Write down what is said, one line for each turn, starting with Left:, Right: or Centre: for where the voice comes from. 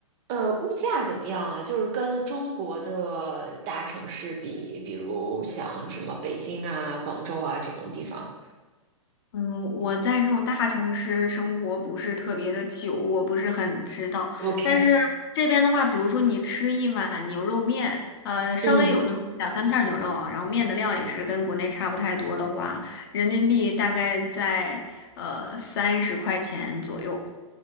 Right: 呃，物价怎么样啊？就是跟中国的大城市比，比如像什么北京啊、广州啊这种地方。
Left: 嗯，我在这种大城市生活不是特别的久，我不是很知道。
Right: OK，
Left: 但是这边的话，比如说你吃一碗牛肉面，呃，稍微有那么两三片儿牛肉啊，
Right: 嗯，
Left: 然后面的量也是跟国内差不太多的话，人民币大概在呃三十块钱左右。